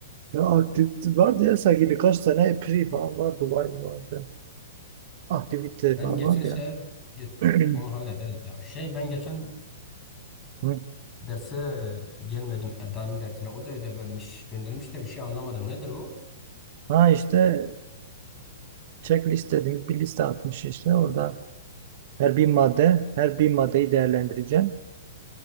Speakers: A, on the right; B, on the left.
A: Ya aktivite vardı ya sanki birkaç tane epri falan vardı. Var vardı. Aktiviteler
B: Ben
A: var
B: geçen
A: vardı
B: şey
A: ya.
B: ge-
A: <clears throat>
B: onu hallederiz ya. Şey ben geçen
A: Hı.
B: derse gelmedim Eda'nın dersine. O da ödev vermiş, göndermiş de bir şey anlamadım. Nedir o?
A: Ha işte checklist dediğimiz bir liste atmış işte. Orada her bir madde, her bir maddeyi değerlendireceğim.